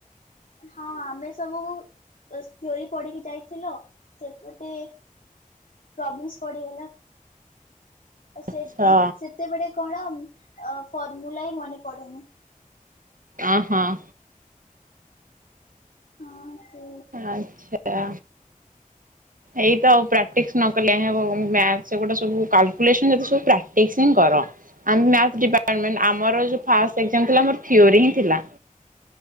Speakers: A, on the left; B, on the right.
A: ହଁ ଆମେ ସବୁକୁ ବାସ୍ ଥିଓରି ପଢ଼ିକି ଯାଇଥିଲ, ସେପଟେ ପ୍ରବ୍ଲେମ୍ସ୍ ପଡିଗଲା। ତ ସେ
B: ଆଚ୍ଛା।
A: ସେତେବେଳେ କଣ ଅ ଫର୍ମୁଲା ବି ମନେ ପଡେନି?
B: ଅଁ-ହଁ।
A: ହଁ ସେ
B: ଆଚ୍ଛା। ଏଇ ତ ଆଉ ପ୍ରାକ୍ଟିସ୍ ନ କଲେ ହେବ ମ୍ୟାଥ୍ ସେଗୁଡା ସବୁ କାଲ୍କୁଲେସନ୍ ଯେତେ ସବୁ ପ୍ରାକ୍ଟିସ୍ ହିଁ କର। ଆମେ ମ୍ୟାଥ୍ ଡିପାର୍ଟମେଣ୍ଟ, ଆମର ଯୋଉ ଫାଷ୍ଟ ଏକ୍ଜାମ୍ ଥିଲା ଆମର ଥିଓରି ହିଁ ଥିଲା।